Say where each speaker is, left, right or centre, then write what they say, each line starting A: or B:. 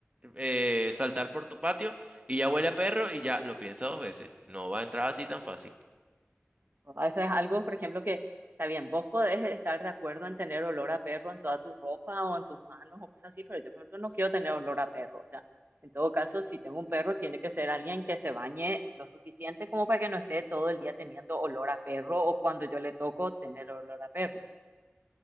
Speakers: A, on the right; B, on the right.
A: eh, saltar por tu patio y ya huele a perro y ya lo piensa dos veces. No va a entrar así tan fácil.
B: Eso es algo, por ejemplo, que está bien, vos podés estar de acuerdo en tener olor a perro en toda tu ropa o en tus manos o cosas así, pero yo, por ejemplo, no quiero tener olor a perro. O sea, en todo caso, si tengo un perro, tiene que ser alguien que se bañe lo suficiente como para que no esté todo el día teniendo olor a perro o cuando yo le toco tener olor a perro.